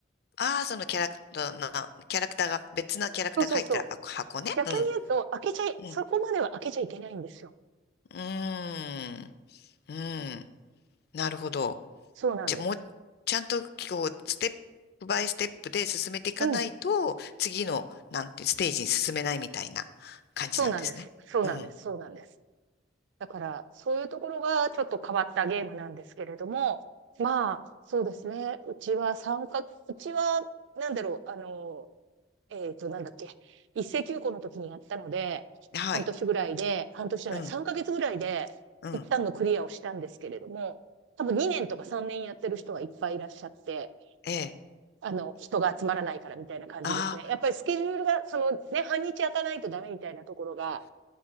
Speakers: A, on the left (about 55°); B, on the right (about 75°).
A: ああ、そのキャラクターな、キャラクターが、別なキャラクターが入ってる箱箱ね。
B: そうそうそう。逆に言うと、
A: うん、
B: 開けちゃい、そこまでは開けちゃいけないんですよ。
A: うん。うーん、うん。なるほど。
B: そうなんです。
A: じゃあ、もう、ちゃんと、こう、ステップバイステップで進めていかないと、
B: うん。
A: 次の、なんて、ステージに進めないみたいな感じなんですね。
B: そうなんです。そうなんです。
A: うん。
B: そうなんです。だから、そういうところがちょっと変わったゲームなんですけれども、まあ、そうですね。うちは三角、うちは、なんだろう、あの、えっと、なんだっけ、一斉休校の時にやったので、
A: はい。
B: 半年ぐらいで、半年じゃない、
A: うん、
B: 3ヶ月ぐらいで、
A: うん。
B: 一旦のクリアをしたんですけれども、多分2年とか3年やってる人はいっぱいいらっしゃって、
A: ええ。
B: あの、人が集まらないからみたいな感じですね。
A: ああー
B: やっぱりスケジュールが、そのね、半日開かないとダメみたいなところが